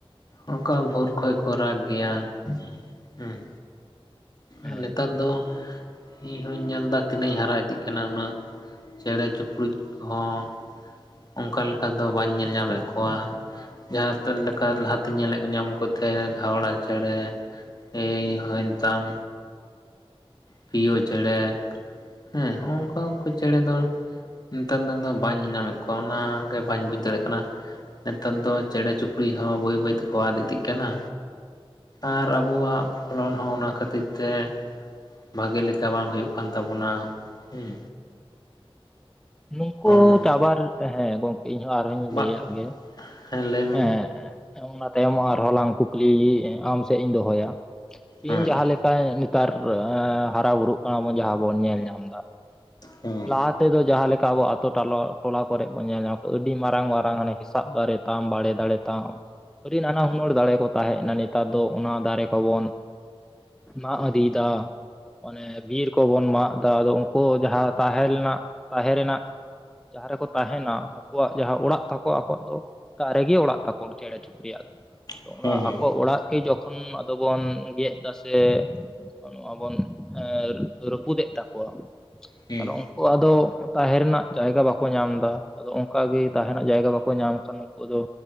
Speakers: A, on the left; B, in the centre.
A: ᱚᱱᱠᱟ ᱵᱷᱳᱨ ᱠᱷᱚᱭᱜ ᱠᱚ ᱨᱟᱜ ᱜᱮᱭᱟᱻ ᱦᱩᱸ
B: ᱦᱮᱸ
A: ᱟᱨ ᱱᱮᱛᱟᱨ ᱫᱚ ᱤᱧ ᱦᱚᱸᱧ ᱧᱮᱞ ᱮᱫᱟ ᱛᱤᱱᱟᱹᱜ ᱤᱧ ᱦᱟᱨᱟᱜ ᱤᱫᱤᱜ ᱠᱟᱱᱟ ᱩᱱᱟᱹᱜ, ᱪᱮᱬᱮ ᱪᱩᱯᱲᱩᱡ ᱠᱚᱦᱚᱸ ᱚᱱᱠᱟ ᱞᱮᱠᱟ ᱫᱚ ᱵᱟᱹᱧ ᱧᱮᱞ ᱧᱟᱢᱮᱜ ᱠᱚᱣᱟ ᱡᱟᱦᱟᱸ ᱛᱮᱫ ᱞᱮᱠᱟ ᱞᱟᱦᱟᱛᱮᱧ ᱧᱮᱞᱮᱜ ᱧᱟᱢ ᱠᱚ ᱛᱟᱦᱮ ᱜᱷᱟᱣᱨᱟ ᱪᱮᱬᱮᱻ ᱮᱭ ᱦᱩᱣᱮᱱ ᱛᱟᱢ ᱯᱤᱭᱳ ᱪᱮᱬᱮᱻ ᱦᱮᱸ, ᱱᱚᱜᱚ ᱱᱚᱝᱠᱟᱱ ᱠᱚ ᱪᱮᱬᱮ ᱫᱚᱻ ᱱᱮᱛᱟᱨ ᱫᱚ ᱟᱫᱚ ᱵᱟᱧ ᱧᱮᱞᱧᱢᱮᱫ ᱠᱚᱣᱟ ᱚᱱᱟᱻᱜᱮ ᱵᱟᱹᱧ ᱵᱩᱡᱽ ᱫᱟᱲᱮᱭᱟᱜ ᱠᱟᱱᱟ ᱱᱮᱛᱟᱨ ᱫᱚ ᱪᱮᱬᱮ ᱪᱩᱯᱲᱤᱡ ᱦᱚᱸ ᱵᱟᱹᱭ - ᱵᱟᱹᱭ ᱛᱮᱠᱚ ᱟᱫ ᱤᱫᱤᱜ ᱠᱟᱱᱟ ᱟᱨ ᱟᱵᱚᱣᱟᱜ ᱯᱷᱚᱞᱚᱱ ᱦᱚᱸ ᱚᱱᱟ ᱠᱷᱟᱹᱛᱤᱨ ᱛᱮ ᱵᱷᱟᱜᱤ ᱞᱮᱠᱟ ᱵᱟᱝ ᱦᱩᱭᱩᱜ ᱠᱟᱱ ᱛᱟᱵᱚᱱᱟᱻ ᱦᱩᱸ
B: ᱱᱩᱝᱠᱩ
A: ᱱᱚᱜᱼᱚ ᱱᱚᱝ
B: ᱪᱟᱵᱟ ᱞᱮᱠᱟ ᱻ ᱦᱮᱸ ᱜᱚᱝᱠᱮ ᱤᱧᱦᱚᱸ ᱟᱨ ᱱᱚᱜᱚᱭ ᱤᱧ
A: ᱵᱟᱝ
B: ᱞᱟᱹᱭᱟᱜ ᱜᱮ
A: ᱦᱮᱸ ᱞᱟᱹᱭ ᱢᱮ
B: ᱮᱸᱻᱮᱸ ᱚᱱᱟ ᱛᱟᱭᱚᱢ ᱟᱨᱦᱚᱸᱞᱟᱝ ᱠᱩᱠᱞᱤᱻ ᱟᱢ ᱥᱮᱜ ᱤᱧ ᱫᱚᱦᱚᱭᱟ ᱤᱧ
A: ᱦᱮᱸ
B: ᱡᱟᱦᱟᱸ ᱞᱮᱠᱟ ᱟᱭ ᱱᱮᱛᱟᱨ ᱦᱟᱨᱟ ᱵᱩᱨᱩᱜ ᱠᱟᱱᱟ ᱵᱚᱱ ᱡᱟᱦᱟᱸ ᱵᱚᱱ ᱧᱮᱞ ᱧᱟᱢ ᱫᱟ
A: ᱦᱩᱸ
B: ᱟᱨ ᱛᱮ ᱫᱚ ᱡᱟᱦᱟ ᱞᱮᱠᱟ ᱟᱵᱚ ᱴᱟᱞᱚ - ᱴᱚᱞᱟ ᱠᱚᱨᱮᱜ ᱧᱮ ᱧᱟᱢ ᱟᱹᱰᱤ ᱢᱟᱨᱟᱝ - ᱢᱟᱨᱟᱝ ᱦᱟᱱᱮ ᱦᱤᱥᱟᱜ ᱫᱟᱨᱮ ᱛᱟᱢ ᱵᱟᱲᱮ ᱫᱟᱲᱮ ᱛᱟᱢ ᱟᱹᱰᱤ ᱱᱟᱱᱟ ᱦᱩᱱᱟᱹᱨ ᱫᱟᱨᱮ ᱠᱚ ᱛᱟᱦᱮᱸᱜ ᱱᱟ ᱱᱮᱛᱟᱨ ᱫᱚ ᱚᱱᱟ ᱫᱟᱨᱮ ᱠᱚᱵᱚᱱ᱾ ᱢᱟᱜ ᱟᱫᱤᱭᱮᱫᱟ ᱚᱱᱮ ᱵᱤᱨ ᱠᱚᱵᱚᱱ ᱢᱟᱜ ᱫᱟ ᱟᱫᱚ ᱩᱱᱠᱩ ᱡᱟᱦᱟᱛ᱾ ᱛᱟᱦᱮᱞᱱᱟᱜ ᱛᱟᱦᱮᱸ ᱨᱮᱱᱟᱜ ᱡᱟᱦᱟᱸ ᱨᱮᱠᱚ ᱛᱟᱦᱮᱱᱟ ᱟᱠᱚᱣᱟᱜ ᱡᱟᱦᱟᱸ ᱚᱲᱟᱜ ᱛᱟᱠᱚ ᱟᱠᱚᱣᱟᱜ ᱫᱚ ᱫᱟᱨᱮ ᱜᱮ ᱚᱲᱟᱜ ᱛᱟᱠᱚ ᱪᱮᱬᱮ ᱪᱩᱯᱨᱤᱭᱟᱜ ᱫᱚ ᱛᱚ
A: ᱦᱮᱸ
B: ᱚᱱᱟ ᱟᱠᱚᱣᱟᱜ ᱚᱲᱟᱜ ᱜᱮ ᱡᱚᱠᱷᱚ ᱩᱱ ᱟᱫᱚ ᱵᱚᱱᱻ ᱤᱡᱮ ᱛᱟᱥᱮᱻᱜ ᱱᱚᱣᱟ ᱵᱚᱱ ᱮᱸ ᱨᱟᱹᱯᱩᱫ ᱮᱜ ᱛᱟᱠᱚᱣᱟ ᱛᱟᱦᱚᱞᱮ
A: ᱦᱮᱸ
B: ᱟᱫᱚ ᱩᱝᱠᱩ ᱟᱫᱚ ᱛᱟᱦᱮᱸ ᱨᱮᱱᱟᱜ ᱡᱟᱭᱜᱟ ᱵᱟᱠᱚ ᱧᱟᱢ ᱫᱟ ᱟᱫᱚ ᱚᱱᱠᱟᱜᱮ ᱛᱟᱦᱮᱸᱱᱟᱜ ᱡᱟᱭᱜᱟ ᱵᱟᱠᱚ ᱧᱟᱢ ᱠᱷᱟᱱ ᱩᱱᱠᱩ ᱫᱚ᱾